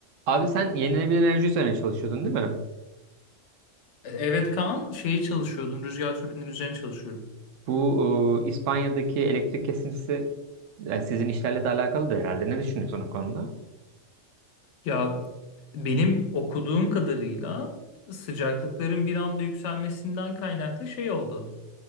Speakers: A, on the right; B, on the left.
A: Abi sen yenilenebilir enerji üzerine çalışıyordun değil mi?
B: E, Evet Kaan, şeyi çalışıyordum. Rüzgar türbininin üzerine çalışıyorum.
A: Bu e, İspanya'daki elektrik kesintisi e, sizin işlerle de alakalıdır herhalde. Ne düşünüyorsun o konuda?
B: Ya benim okuduğum kadarıyla sıcaklıkların bir anda yükselmesinden kaynaklı şey oldu.